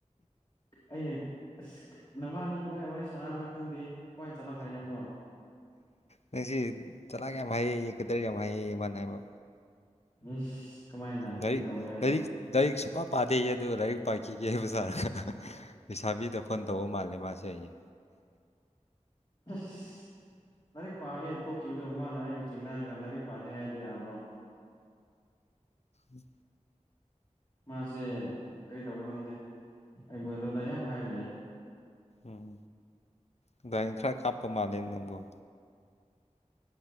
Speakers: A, on the left; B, on the left.
A: ꯑꯩꯅ ꯑꯁ ꯅꯕꯥꯅꯤ ꯀꯃꯥꯏꯅ ꯋꯥꯔꯤ ꯁꯥꯟꯅꯕ꯭ꯔꯥ ꯈꯪꯗꯦ ꯀꯃꯥꯏꯅ ꯆꯠꯂꯛ ꯍꯩ ꯍꯥꯏꯕ꯭ꯔꯣ
B: ꯅꯪꯁꯤ ꯆꯂꯥꯛ ꯌꯥꯝ ꯍꯩꯌꯦ ꯌꯦ ꯀꯗꯔ ꯌꯥꯝ ꯍꯩꯌꯦ ꯌꯦ ꯃꯥꯅ ꯍꯥꯏꯕ
A: ꯏꯁ ꯀꯃꯥꯏꯅ ꯀꯔꯤ
B: ꯂꯥꯏꯔꯤꯛ
A: ꯇꯧꯋꯦ ꯍꯥꯏꯕ꯭ꯔꯣ
B: ꯂꯥꯏꯔꯤꯛ ꯂꯥꯏꯔꯤꯛ ꯁꯨꯛ ꯄꯥꯗꯩꯌꯦ ꯑꯗꯨꯒ ꯂꯥꯏꯔꯤꯛ ꯄꯥꯈꯤꯒꯦ ꯍꯥꯏꯕ ꯖꯥꯔꯥ ꯂꯩꯁꯥꯕꯤꯗ ꯐꯣꯟ ꯇꯧꯕ ꯃꯥꯜꯂꯦ ꯃꯥꯁꯦ ꯍꯥꯌꯦ
A: ꯑꯁ ꯂꯥꯏꯔꯤꯛ ꯄꯥꯒꯦꯅ ꯇꯣꯛꯈꯤꯕꯗꯨꯕꯨ ꯃꯥꯅ ꯑꯩꯕꯨ ꯆꯤꯡꯅꯥꯔꯒ ꯂꯥꯏꯔꯤꯛ ꯄꯥꯗꯦ ꯍꯥꯏꯕ ꯌꯥꯕ꯭ꯔꯣ
B: ꯎꯝ
A: ꯃꯥꯁꯦ ꯀꯔꯤ ꯇꯧꯕ ꯈꯪꯗꯦ ꯑꯩꯕꯨ ꯑꯗꯨꯗ ꯌꯥꯝ ꯍꯥꯏꯔꯜꯂꯦ
B: ꯎꯝ ꯑꯗꯨꯏ ꯈꯔ ꯀꯥꯞꯄ ꯃꯥꯜꯂꯦ ꯅꯪꯕꯨꯣ